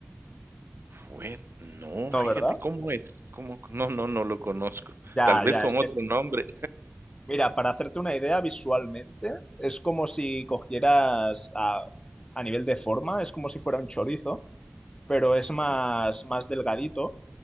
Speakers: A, on the right; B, on the left.
A: Fue no,
B: ¿no,
A: fíjate,
B: verdad?
A: ¿cómo es? ¿Cómo? No, no, no lo conozco.
B: Ya,
A: Tal vez
B: ya,
A: con
B: es que
A: otro
B: es-
A: nombre.
B: Mira, para hacerte una idea visualmente, es como si cogieras a, a nivel de forma, es como si fuera un chorizo, pero es
A: Ujú.
B: más, más delgadito